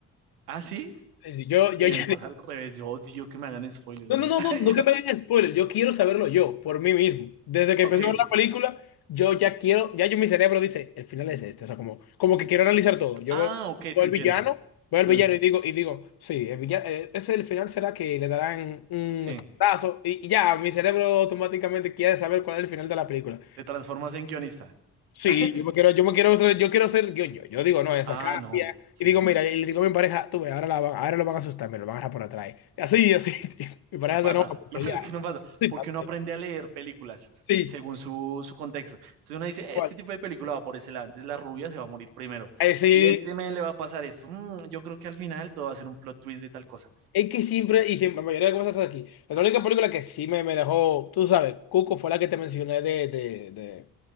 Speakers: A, on the right; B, on the left.
A: Ah, sí.
B: Sí, sí, yo, yo,
A: Bien,
B: <laughs> yo,
A: me pasa al revés. Yo odio que me hagan spoilers.
B: No, no,
A: men.
B: no,
A: <laughs>
B: no, no que
A: Yo-
B: me hagan spoiler. Yo quiero saberlo yo, por mí mismo. Desde que
A: Ok.
B: empecé a ver la película, yo ya quiero, ya yo mi cerebro dice, el final es este. O sea, como, como que quiero analizar todo. Yo
A: Ah,
B: veo,
A: ok,
B: veo
A: te
B: al
A: entiendo.
B: villano, veo al
A: Hmm,
B: villano y digo, y digo, sí, el villano, ese el final será que le darán un
A: sí.
B: escotazo. Y, y ya, mi cerebro automáticamente quiere saber cuál es el final de la película.
A: Te transformas en guionista.
B: Sí,
A: <laughs>
B: yo me quiero, yo me quiero, yo quiero ser, yo, yo, yo digo, no, esa
A: Ah,
B: cambia.
A: no, sí.
B: Y digo, mira, y le digo a mi pareja, tú ves, ahora, la van- ahora lo van a asustar, me lo van a agarrar por atrás. Y así, así. <laughs> tío. Mi pareja
A: Y pasa,
B: se enoja porque
A: <laughs> lo peor
B: ya.
A: es que no pasa,
B: Sí,
A: porque
B: parce,
A: uno aprende a leer películas
B: sí,
A: según su, su contexto. Entonces uno dice,
B: tal cual.
A: este tipo de película va por ese lado, entonces la rubia se va a morir primero.
B: Eh, sí,
A: Y este men le va a pasar esto. Mm, yo creo que al final todo va a ser un plot twist de tal cosa.
B: es que siempre, y siempre, la mayoría de cosas aquí. La única película que sí me, me dejó, tú sabes, Cuco fue la que te mencioné de, de, de